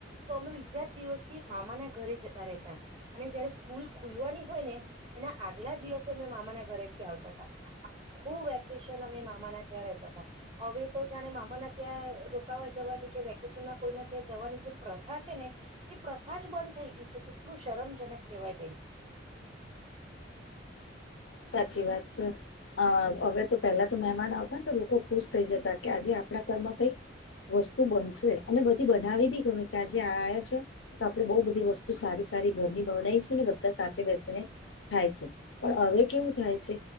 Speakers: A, on the right; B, on the left.
A: તો અમે બીજા જ દિવસથી મામાના ઘરે જતા રહેતા અને જયારે સ્કૂલ ખુલવાની હોય ને એના આગલા દિવસે મેં મામાના ઘરેથી આવતા હતા આખુ વેકેશન અમે મામાના ત્યાં રહેતા હતા હવે તો જાણે મામાના ત્યાં રોકાવા જવાની કે વેકેશન કોઈના ત્યાં જવાની જે પ્રથા છે ને એ પ્રથા જ બંધ થઈ ગઈ છે કે આટલું શરમજનક કહેવાય બેન
B: સાચી વાત છે અ હવે તો પેલા તો મહેમાન આવતા ને તો લોકો ખુશ થઈ જતા કે આજે આપ ણા ઘરમાં કઈક વસ્તુ બનશે અને બધી બનાવી બી ગમે કે આજે આ્યા છે તો આપડે બહુ બધી વસ્તુ સારી સારી ઘરની બનાવીશું ને બધા સાથે બેસીને ખાયશું પણ હવે કેવું થાય છે